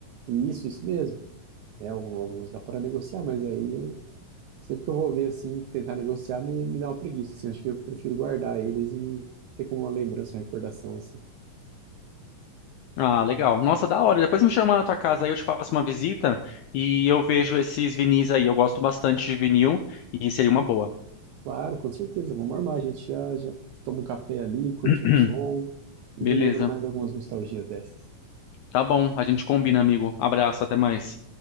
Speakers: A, on the right; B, on the left.
A: Isso, isso mesmo. É, algum- alguns dá para negociar, mas aí eu sempre que eu vou ver assim, tentar negociar, me, me dá uma preguiça, assim, acho que eu prefiro guardar eles e ter como uma lembrança, uma recordação assim.
B: Ah, legal. Nossa, da hora. Depois me chama na tua casa aí, eu te faço uma visita e eu vejo esses vinis aí. Eu gosto bastante de vinil e seria uma boa.
A: Claro, com certeza, vamos armar, a gente já já toma um café ali,
B: <clears throat>
A: curte um som e
B: Beleza.
A: relembra mais algumas nostalgias dessas.
B: Tá bom, a gente combina, amigo. Abraço, até mais.